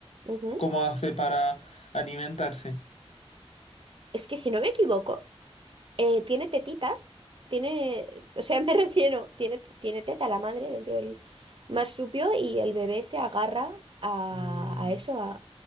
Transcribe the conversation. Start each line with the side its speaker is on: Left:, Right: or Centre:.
Right: Ujú.
Left: ¿cómo hace para alimentarse?
Right: Es que si no me equivoco, eh, tiene tetitas, tiene, o sea, <laughs> me refiero, tiene, tiene teta la madre dentro del marsupio y el bebé se agarra a,
Left: Mm,
Right: a eso, a-